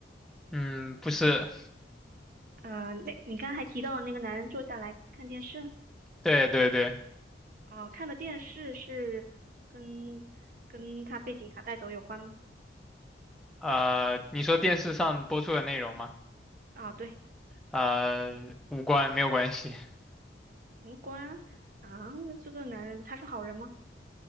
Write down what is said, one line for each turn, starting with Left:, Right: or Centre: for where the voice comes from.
Centre: 嗯，不是，
Right: 呃，那你刚刚还提到那个男人坐下来看电视，
Centre: 对对对，
Right: 哦、看的电视是跟跟他被警察带走有关吗？
Centre: 呃，你说电视上播出的内容吗？
Right: 啊，对，
Centre: 呃，无关，没有关系。
Right: 无关啊。啊，那这个男人他是好人吗？